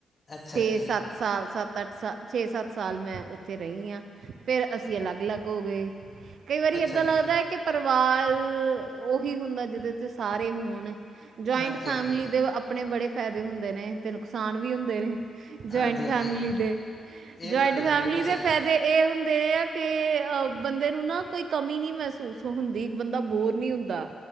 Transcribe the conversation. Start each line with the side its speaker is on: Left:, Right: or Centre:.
Left: ਅੱਛਾ
Right: ਛੇ
Left: ਜੀ
Right: ਸੱਤ ਸਾਲ ਸੱਤ ਅੱਠ ਸ ਛੇ ਸੱਤ ਸਾਲ ਮੈਂ ਉੱਥੇ ਰਹੀ ਆ। ਫਿਰ ਅਸੀਂ ਅਲੱਗ ਅਲੱਗ ਹੋ ਗਏ। ਕਈ ਵਾਰੀ
Left: ਅੱਛਾ
Right: ਏਦਾਂ
Left: ਜੀ
Right: ਲੱਗਦਾ ਹੈ ਕਿ ਪਰਿਵਾਰ ਉਹੀ ਹੁੰਦਾ ਜਿਹਦੇ ਚ ਸਾਰੇ ਹੋਣ ਜੁਆਇੰਟ
Left: ਹਾਂਜੀ
Right: ਫੈਮਲੀ
Left: ਹਾਂਜੀ
Right: ਦੇ ਆਪਣੇ ਬੜੇ ਫਾਇਦੇ ਹੁੰਦੇ ਨੇ ਤੇ ਨੁਕਸਾਨ ਵੀ ਹੁੰਦੇ ਨੇ। ਜਾਇੰਟ
Left: ਹਾਂਜੀ ਹਾਂਜੀ
Right: ਫੈਮਿਲੀ ਦੇ
Left: ਇਹ
Right: ਜਇੰਟ
Left: ਤਾਂ ਤੁਹਾਡੀ
Right: ਫੈਮਿਲੀ
Left: ਗੱਲ ਬਿਲਕੁਲ ਸਹੀ
Right: ਦੇ ਫਾਇਦੇ
Left: ਹੈ
Right: ਇਹ ਹੁੰਦੇ ਆ ਕਿ ਅ ਬੰਦੇ ਨੂੰ ਨਾ ਕੋਈ ਕਮੀ ਨਹੀਂ ਮਹਿਸੂਸ ਹੁੰਦੀ ਬੰਦਾ ਬੋਰ ਨੀ ਹੁੰਦਾ।